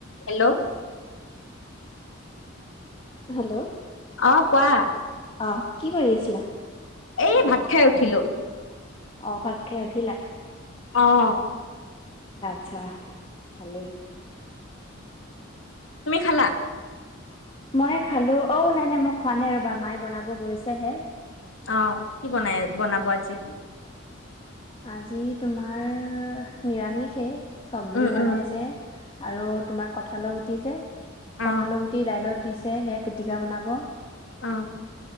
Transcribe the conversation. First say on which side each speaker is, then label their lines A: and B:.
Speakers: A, on the left; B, on the left.
A: Hello
B: hello
A: অ কোৱা
B: আহ কি কৰি আছিলা।
A: এ ভাত খাই উঠিলো
B: অ' ভাত খাই উঠিলা
A: আহ
B: আছা ভালে,
A: তুমি খালা।
B: মইে খালো অঔ নাই নাই মোক খোৱা নাই ৰবা মায়ে বনাব গৈছেহে
A: অ' কি বনাই বনাব আজি
B: আজি তোমাৰ নিৰামিষেই চব্জি
A: উম
B: বনাইছে।
A: উম
B: আৰু তোমাৰ কঠালৰ গুটি যে,
A: অ
B: কঁঠাল গুতি ডাইলত। দিছে সেয়া পিটিকা বনাব,
A: অ'